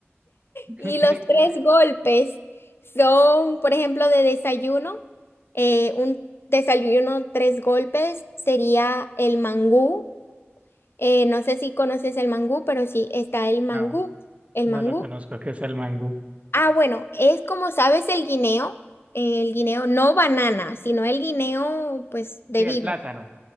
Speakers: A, on the right; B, on the left.
A: <laughs>
B: Y los tres golpes son, por ejemplo, de desayuno. eh, un desayuno tres golpes sería el mangú. eh, no sé si conoces el mangú, pero sí está el mangú.
A: No,
B: El
A: no
B: mangú.
A: lo conozco, ¿qué es el mangú?
B: Ah, bueno, es como sabes el guineo. eh, El guineo, no banana, sino el guineo, pues, de
A: Sí, el
B: vibre.
A: plátano.